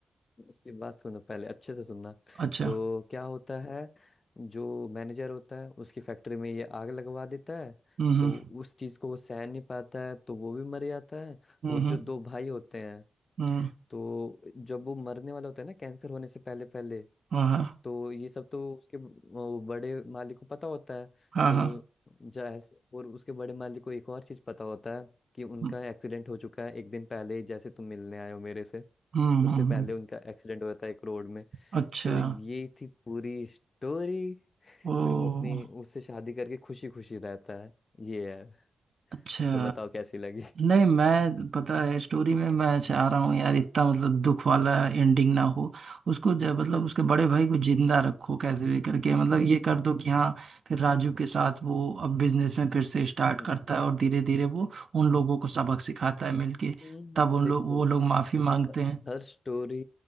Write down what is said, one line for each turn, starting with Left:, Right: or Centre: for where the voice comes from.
Left: उसकी बात सुनो पहले अच्छे से सुनना
Right: अच्छा
Left: तो क्या होता है जो मैनेजर होता है उसकी फैक्ट्री में ये आग लगवा देता है
Right: हम्म
Left: तो
Right: हम्म
Left: उस चीज को वो सह नहीं पाता है तो वो भी मर जाता है
Right: हम्म
Left: और
Right: हम्म,
Left: जो दो भाई होते हैं
Right: हम्म,
Left: तो जब वो मरने वाला होता है ना कैंसर होने से पहले पहले
Right: हाँ हाँ
Left: तो ये सब तो उसके ब- वो बड़े मालिक को पता होता है
Right: हाँ
Left: तो
Right: हाँ
Left: जैसे और उसके बड़े मालिक को एक और चीज पता होता है कि उनका
Right: हम्म
Left: एक्सीडेंट हो चुका है एक दिन पहले ही जैसे तुम मिलने आए हो मेरे से
Right: हम्म
Left: उससे
Right: हम्म,
Left: पहले
Right: हम्म,
Left: उनका एक्सीडेंट हो जाता है एक रोड में
Right: अच्छा
Left: तो ये थी पूरी स्टोरी
Right: ओ
Left: फिर वो अपनी उससे शादी करके खुशी खुशी रहता है ये है
Right: अच्छा
Left: तो बताओ कैसी लगी
Right: नहीं मैं पता है स्टोरी में मैं चाह रहा हूँ यार इतना मतलब दुख वाला एंडिंग ना हो उसको ज-
Left: <laughs>
Right: मतलब उसके बड़े भाई को जिंदा रखो कैसे भी करके मतलब ये कर दो कि हाँ फिर राजू के साथ वो अब बिजनेस में फिर से स्टार्ट
Left: हम्म,
Right: करता है और धीरे धीरे वो उन लोगों को सबक सिखाता है मिलके
Left: हम्म,
Right: तब उन
Left: देखो
Right: लोग वो लोग माफी
Left: देखो
Right: मांगते
Left: ह-
Right: हैं
Left: हर स्टोरी